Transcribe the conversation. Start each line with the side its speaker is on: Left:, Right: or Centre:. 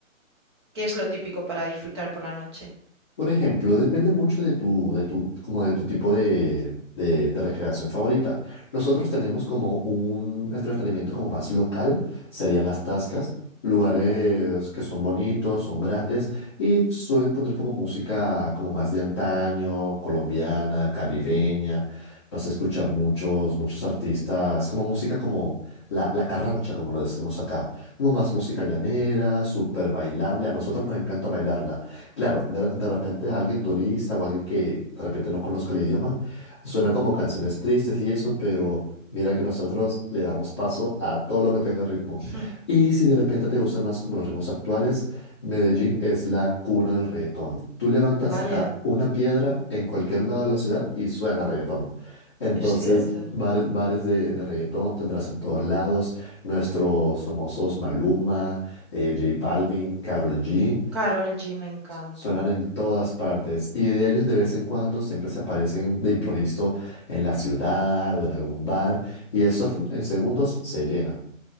Right: ¿qué es lo típico para disfrutar por la noche?
Left: Por ejemplo, depende mucho de tu, de tu, como de tu tipo de, de, de recreación favorita. Nosotros tenemos como un entretenimiento como más local, serían las tascas, lugares que son bonitos, son grandes y suelen poner como música como más de antaño, colombiana, caribeña. Vas a escuchar muchos, muchos artistas, como música como la, la carrancha, como lo decimos acá, como más música llanera, súper bailable. A nosotros nos encanta bailarla. Claro, de, de repente alguien turista o alguien que de repente no conozca el idioma, suenan como canciones tristes y eso, pero mira que nosotros le damos paso a todo lo que tenga ritmo.
Right: Hmm,
Left: Y si de repente te gustan más como los ritmos actuales, Medellín es la cuna del reggaetón. Tú levantas
Right: vaya,
Left: acá una piedra en cualquier lado de la ciudad y suena reggaetón. Entonces,
Right: es cierto.
Left: bares, bares de, de reggaetón tendrás en todos lados, nuestros famosos Maluma, eh, J Balvin, Karol G.
Right: Carol G me encanta.
Left: Suenan en todas partes y de ellos de vez en cuando siempre se aparecen de improviso en la ciudad o en algún bar y esos en segundos se llena.